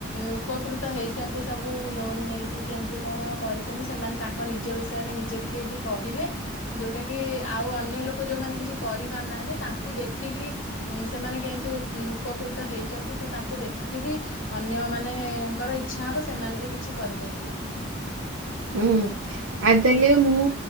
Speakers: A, on the left (about 85°); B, on the right (about 80°).
A: ଉପକୃତ ହେଇଛନ୍ତି ସବୁ ଲୋନ ନେଇକି କେମିତି କଣ କରିଛନ୍ତି ସେମାନେ ତାଙ୍କ ତାଙ୍କ ନିଜ ବିଷୟରେ ନିଜେ ଟିକିଏ ବି କହିବେ ଯୋଉଟା କି ଆଉ ଅନ୍ୟ ଲୋକ ଯୋଉମାନେ କିଛି କରିପାରୁନାହାନ୍ତି ତାଙ୍କୁ ଦେଖିକି ସେମାନେ କେମିତି ଉପକୃତ ହେଇଛନ୍ତି ତ ତାଙ୍କୁ ଦେଖିକି ବି ଅନ୍ୟ ମାନଙ୍କର ଇଚ୍ଛା ହବ ସେମାନେ ବି କିଛି କରିପାରିବେ।
B: ହୁଁ ଆଉ ତାହେଲେ ମୁଁ